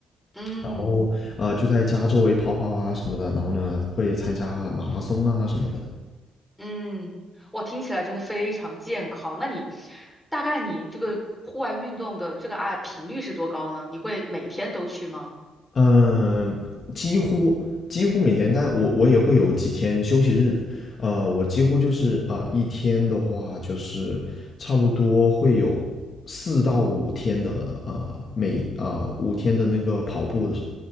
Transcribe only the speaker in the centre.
嗯
嗯，哇，听起来真的非常健康。那你大概你这个户外运动的这个爱频率是多高呢？你会每天都去吗？